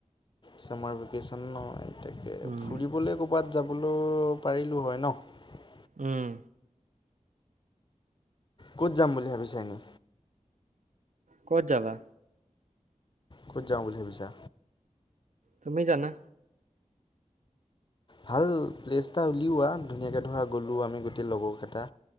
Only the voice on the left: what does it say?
ছামাৰ ভেকেশ্যন ন একে
ফুৰিবলৈ ক'ৰবাত। যাবলৈ পাৰিলোঁ হয় ন।
ক'ত যাম বুলি ভাবিছা এনে।
ক'ত যাওঁ বুলি ভাবিছা।
ভাল প্লেছ এটা উলিওৱা ধুনীয়াকে ধৰা গ'লোঁ আমি গোটেই লগৰকেইটা।